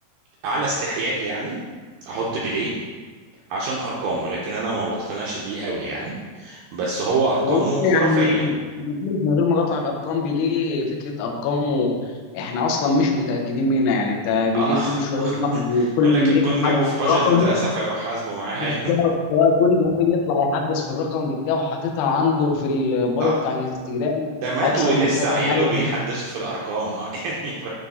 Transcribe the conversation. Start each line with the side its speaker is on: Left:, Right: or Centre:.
Right: على استحياء يعني أحط بيليه عشان أرقامه لكن أنا ما بقتنعش بيه قوي يعني بس هو ارقامه
Left: والله
Right: خرافيه
Left: يعني من غير من غير ما اقاطعك ارقام بيليه فكره ارقامه احنا اصلا مش متاكدين منها يعني انت بيليه
Right: اه
Left: كل شويه
Right: <laughs>
Left: يطلع كل
Right: يقول لك
Left: يومين
Right: الجون
Left: يحدث
Right: جابه في حوش
Left: رقمه
Right: المدرسه فيروح حاسبه معاه
Left: بالظبط
Right: ايوه
Left: آه، كل يومين يطلع يحدث في الرقم بتاعه حاططها عنده في البايو
Right: <laughs> صح
Left: بتاع الانستجرام
Right: ده مات
Left: اكثر
Right: ولسه
Left: من سجل
Right: عياله
Left: عدد
Right: بيحدثوا في الارقام اه <laughs> يعني ف...